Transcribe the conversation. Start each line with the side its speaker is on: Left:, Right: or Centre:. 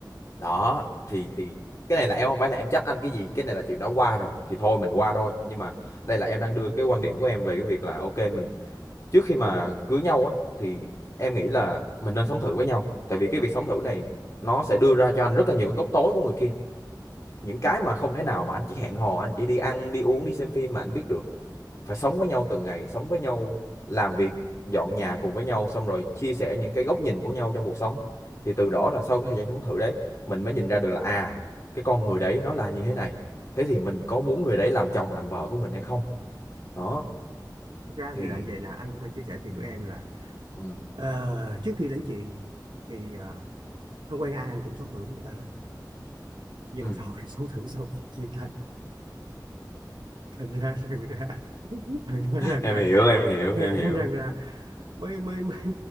Left: đó thì thì cái này là em không phải là em trách anh cái gì cái này là chuyện đã qua rồi thì thôi mình qua thôi nhưng mà đây là em đang đưa cái quan điểm của em về cái việc là ok mình trước khi mà cưới nhau á thì em nghĩ là mình nên sống thử với nhau tại vì cái việc sống thử này nó sẽ đưa ra cho anh rất là nhiều cái góc tối của người kia những cái mà không thể nào mà anh chỉ hẹn hò anh chỉ đi ăn đi uống đi xem phim mà anh biết được phải sống với nhau từng ngày sống với nhau làm việc dọn nhà cùng với nhau xong rồi chia sẻ những cái góc nhìn của nhau trong cuộc sống thì từ đó là sau cái thời gian sống thử đấy mình mới nhìn ra được là à cái con người đấy nó là như thế này thế thì mình có muốn người đấy làm chồng làm vợ của mình hay không đó
Right: Thực ra
Left: thì
Right: thì là vậy nè anh phải chia sẻ thiệt
Left: ừ
Right: của em là
Left: ừ
Right: ờ, trước khi lấy chị thì ờ, anh quen ai anh cũng sống thử người ta hết nhưng
Left: ừ
Right: mà sau khi <laughs> sống thử xong thì chia tay thành ra rằng là thành ra rằng
Left: em
Right: là
Left: hiểu em hiểu
Right: thành
Left: em hiểu
Right: ra rằng là mới mới mới